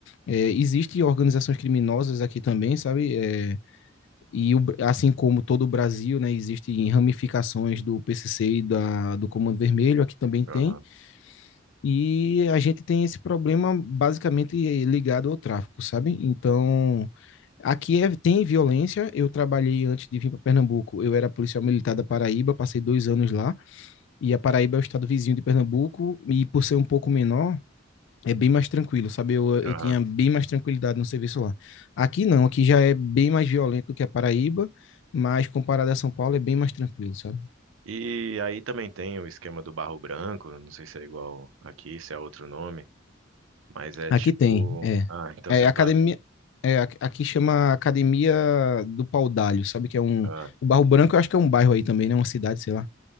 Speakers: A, on the left; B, on the right.
A: É, existem organizações criminosas aqui também, sabe? É, e o Bra- assim como todo o Brasil, né, existem ramificações do PCC e da, do Comando Vermelho, aqui também tem.
B: Aham.
A: E a gente tem esse problema basicamente ligado ao tráfico, sabe? Então. Aqui é- tem violência. Eu trabalhei antes de vir para Pernambuco. Eu era policial militar da Paraíba, passei dois anos lá. E a Paraíba é o estado vizinho de Pernambuco. E por ser um pouco menor, é bem mais tranquilo, sabe? Eu, eu
B: Aham.
A: tinha bem mais tranquilidade no serviço lá. Aqui não, aqui já é bem mais violento do que a Paraíba, mas comparado a São Paulo é bem mais tranquilo, sabe?
B: E aí também tem o esquema do barro branco, não sei se é igual aqui, se é outro nome, mas é
A: Aqui
B: tipo.
A: tem, é.
B: Ah, então
A: É
B: você
A: academia.
B: sabe.
A: É, a- aqui chama Academia do Paudalho, sabe? Que é um.
B: Ah,
A: O Barro Branco, eu acho que é um bairro aí também, né? Uma cidade, sei lá.